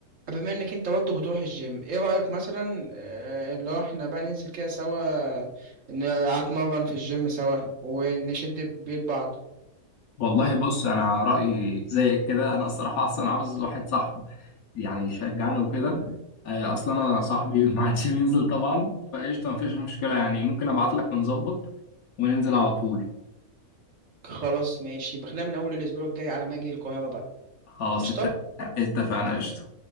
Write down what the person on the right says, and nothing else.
بما انك انت برضه بتروح الجيم ايه رأيك مثلا آه، لو احنا بقى ننزل كده سوا نتمرن في الجيم سوا ونشد بيد بعض
خلاص ماشي بخليها من اول الاسبوع الجاي على ما اجي القاهرة بقى
قشطة